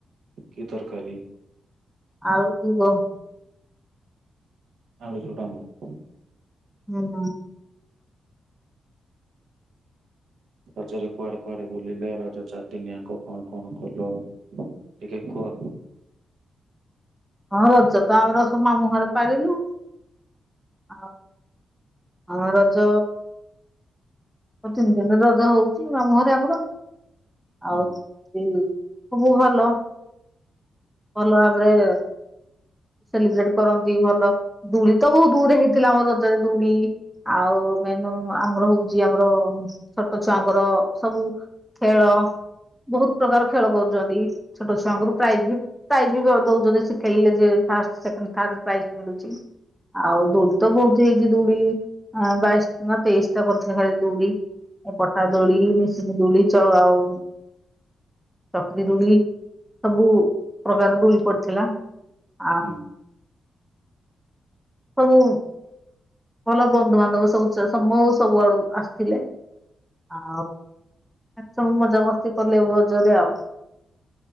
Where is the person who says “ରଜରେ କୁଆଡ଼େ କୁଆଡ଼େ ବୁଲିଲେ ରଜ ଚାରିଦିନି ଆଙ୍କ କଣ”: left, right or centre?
Right